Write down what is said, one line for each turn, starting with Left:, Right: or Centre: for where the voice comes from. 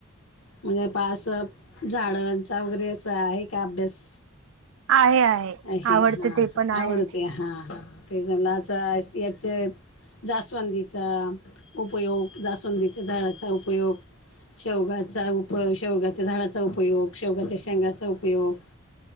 Left: म्हणजे पासप झाडांचा वगैरे असं आहे का अभ्यास
Right: आहे आहे
Left: अशे
Right: आवडते
Left: हा
Right: ते पण आहे
Left: आवडते हा ते जलाचा याचे जास्वंदीचा उपयोग जास्वंदीचा त्याच्या झाडाचा उपयोग शौगात उप शेवगाच्या झाडाचा उपयोग शेवगाच्या शेंगाचा उपयोग